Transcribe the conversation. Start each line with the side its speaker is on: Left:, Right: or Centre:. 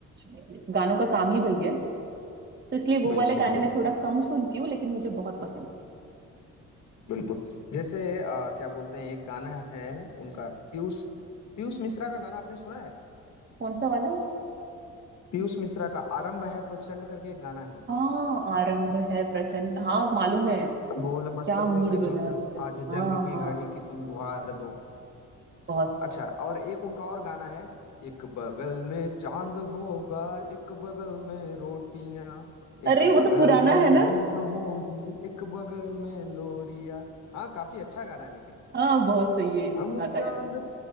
Right: अच्छा, गानों का काम ही वही है तो इसलिए वो
Left: बिल्कुल
Right: वाले गाने में
Left: बिल्कुल
Right: थोड़ा कम सुनती हूँ लेकिन मुझे बहुत पसंद है
Left: बिल्कुल जैसे अ, क्या बोलते हैं एक गाना है उनका पीयूष पीयूष मिश्रा का गाना आपने सुना है
Right: कौन सा वाला
Left: पीयूष मिश्रा का आरंभ है प्रचंड करके एक गाना है
Right: हाँ आरंभ है प्रचंड हाँ मालूम है
Left: भोल मस्तकों
Right: क्या मूड
Left: के
Right: बना
Left: झुंड
Right: देते
Left: आज
Right: हाँ
Left: जंग की
Right: हाँ
Left: घड़ी की तुम गुहार दो
Right: बहुत सही
Left: अच्छा
Right: है
Left: और एक उनका और गाना है एक बगल में चांद होगा एक बगल में रोटियां
Right: अरे
Left: एक
Right: वो
Left: बगल
Right: तो पुराना
Left: में
Right: है
Left: नींद
Right: ना
Left: होगी एक बगल में लोरिया हाँ काफी अच्छा गाना है लेकिन
Right: हाँ बहुत सही है याद
Left: हम
Right: आया
Left: चांद
Right: मुझे